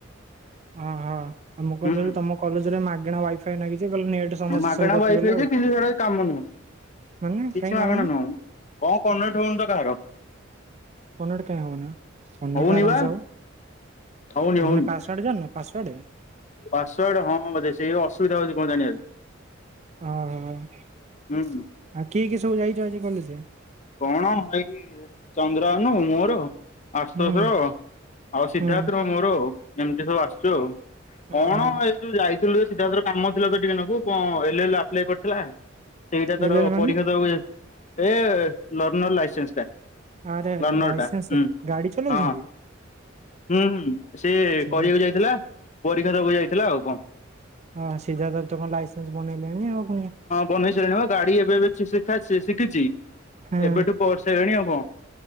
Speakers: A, on the right; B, on the left.
A: ଓହୋ ଆଉ ମୁଁ
B: ହୁଁ
A: କଥିଲି ତମ କଲେଜରେ ମାଗଣା। <unintelligible> ଖାଇାଗିଛି କ ନେଟ ସମସ୍ୟା
B: ମାଗଣା
A: ସବୁ କଟିଗଲା
B: ୱାଇଫାଇ ଯେ
A: ଆଉ
B: କିନ୍ତୁ ସେଟା କାମ ନୁହଁ।
A: ମାନେ
B: କିଛି
A: କାଇଁ
B: ମାଗଣା
A: କାମ ନୁହଁ।
B: କଣ କନେଟ ହଉନି ତ କାହାର?
A: କନେଟ କାଇଁ ହଉନି ବା କନେଟ
B: ହଉନି
A: ଆରାମସ
B: ବା
A: ହବ
B: ହଉନି ହଉନି।
A: ମାନେ ପାସ୍ ପାୱାର୍ଡ଼େ ଜାଣିନ ପାସୱର୍ଡ।
B: ପାସୱାର୍ଡ ହଁ ବୋଧେ ସେ ଅସୁବିଧା ହଉଛି କଣ ଜାଣିବାରେ?
A: ଓହୋ ଆଉ
B: ହୁଁ
A: କିଏ କିଏ ସବୁ ଯାଇଛ ଆଜି କଲେଜରେ।
B: କଣ ଏଇ ଚନ୍ଦ୍ରନୁ ମୋର। ଆଶଶୁର
A: ହୁଁ
B: ଆଉ ସିଦ୍ଧାର୍ଥ
A: ହୁଁ
B: ମୋର ଆଉ ଏମିତି ସବୁ ଆସିୁଛ ଆଉ।
A: ଓହୋ
B: କଣ ଏଇ ଯୋଉ ଯାଇଥିଲୁ ସିଧାସଳ କାମ ଥିଲା ଟିକେ ନ କଣ ଏଲ ଆପ୍ଏ କରିଥିଲା? ସେଇଟା ତାର
A: ଏଲେନ ମାନେ?
B: ପରିଶୋଧ ଏ ଲଣର ଲାଇସେନ୍ସ ଟା।
A: ଆରେ, ଆରେ
B: ଲର୍ଣ୍ଣର
A: ଲାଇସେନ୍ସ
B: ଟା ହୁଁ।
A: ଗାଡି ଚଲାଉଛନ୍ତି‌।
B: ହଁ ହୁଁ ହୁଁ ସିଏ
A: ସିଧା
B: କରିବାକୁ ଯାଇଥିଲା ପରୀକ୍ଷା ଦବାକୁ ଯାଇଥିଲା ଆଉ କଣ?
A: ହଁ ସିଝା ସବ ତ କଣ ଲାଇସେନ୍ସ ବନେଇଲେଣି ଆଉ ପୁଣି
B: ବନେଇସାରାଣି ବା ଗାଡି ଏବେ ଏ ଶିଖ ଶିଖିଛି।
A: ହଁ।
B: ଏବେଠୁ ପରସେଇଲେଣି ଆଉ କଣ?